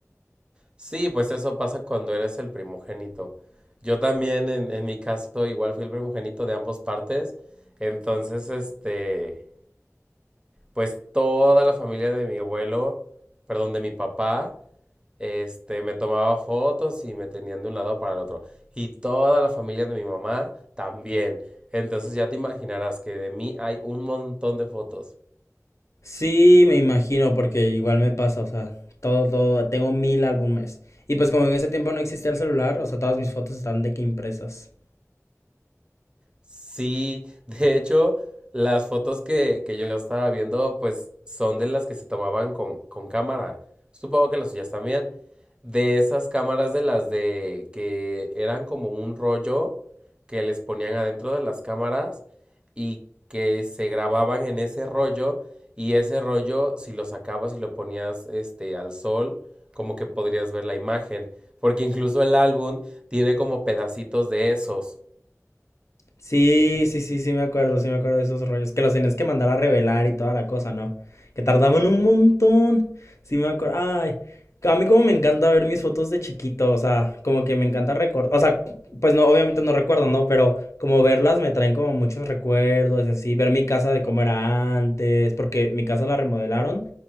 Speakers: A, on the right; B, on the left.
A: Sí, pues eso pasa cuando eres el primogénito. Yo también, en, en mi caso, igual fui el primogénito de ambas partes. Entonces, este, pues toda la familia de mi abuelo, perdón, de mi papá, este, me tomaba fotos y me tenían de un lado para el otro. Y toda la familia de mi mamá también. Entonces ya te imaginarás que de mí hay un montón de fotos.
B: Sí, me imagino, porque igual me pasa, o sea, todo, todo, tengo mil álbumes. Y pues como en ese tiempo no existía el celular, o sea, todas mis fotos están de que impresas.
A: Sí, de hecho, las fotos que, que yo estaba viendo, pues son de las que se tomaban con, con cámara. Supongo que las suyas también. De esas cámaras de las de que eran como un rollo que les ponían adentro de las cámaras y que se grababan en ese rollo y ese rollo, si lo sacabas y lo ponías este al sol, como que podrías ver la imagen, porque incluso el álbum tiene como pedacitos de esos.
B: Sí, sí, sí, sí me acuerdo, sí me acuerdo de esos rollos. Que los tenías que mandar a revelar y toda la cosa, ¿no? Que tardaban un montón. Sí me acuerdo. Ay, a mí como me encanta ver mis fotos de chiquito, o sea, como que me encanta recordar, o sea, pues no, obviamente no recuerdo, ¿no? Pero como verlas me traen como muchos recuerdos y así, ver mi casa de cómo era antes, porque mi casa la remodelaron.